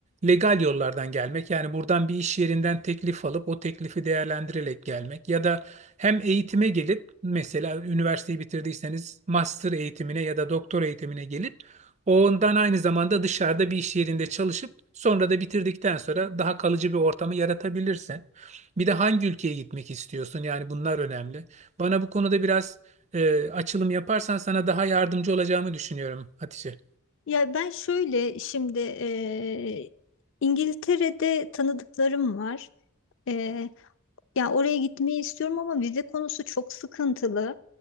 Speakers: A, on the right (about 30°); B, on the left (about 60°).
A: legal yollardan gelmek yani buradan bir iş yerinden teklif alıp o teklifi değerlendirerek gelmek ya da hem eğitime gelip mesela üniversiteyi bitirdiyseniz master eğitimine ya da doktor eğitimine gelip ondan aynı zamanda dışarıda bir iş yerinde çalışıp sonra da bitirdikten sonra daha kalıcı bir ortamı yaratabilirsin. Bir de hangi ülkeye gitmek istiyorsun? Yani bunlar önemli. Bana bu konuda biraz e, açılım yaparsan sana daha yardımcı olacağımı düşünüyorum Hatice.
B: Ya ben şöyle şimdi e, İngiltere'de tanıdıklarım var. E, ya oraya gitmeyi istiyorum ama vize konusu çok sıkıntılı.